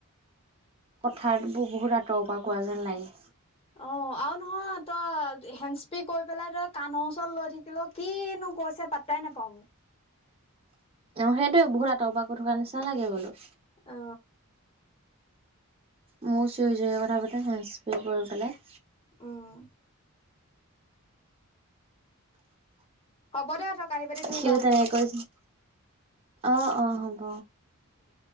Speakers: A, on the right; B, on the left.
A: কথাবোৰ বহুত আঁতৰৰ পৰা কোৱা যেন লাগে।
B: অ আৰু নহয় তই হেণ্স্পি কৈ পেলাই তই কাণৰ ওচৰত লৈ থাকিলো কিনো কৈছে পা পাই নাপাওঁ।
A: অ সেইটোয়ে বহুত আতৰ পৰা কৈ থকা নিচা লাগে বোলো।
B: অ।
A: মোৰ চিঞৰি চিঞৰি কথা পাতে হেস্প্ৰে কৰি পেলাই।
B: উম। হ'ব দেহ তই বাতি ধুই
A: সিই
B: ল
A: তেনেকে কৈ অ অ হ'ব।
B: উম।